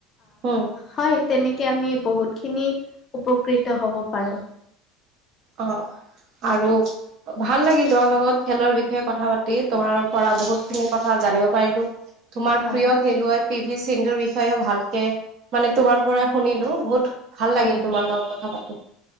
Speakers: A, on the right; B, on the left.
A: হুম,
B: হয় তেনেকে আমি বহুতখিনি উপকৃত হ'ব পাৰোঁ।
A: অ', আৰু ভাল লাগিল তোমাৰ লগত খেলৰ বিষয়ে কথা পাতি, তোমাৰ পৰা বহুত খিনি কথা জানিব পাৰিলোঁ। তোমাৰ
B: হয়
A: প্ৰিয় খেলুৱৈ পি ভি সিন্ধুৰ বিষয়েও ভালকে মানে তোমাৰ পৰাই শুনিলো, বহুত ভাল
B: হয়
A: লাগিল
B: হয়।
A: তোমাৰ লগত কথা পাতি।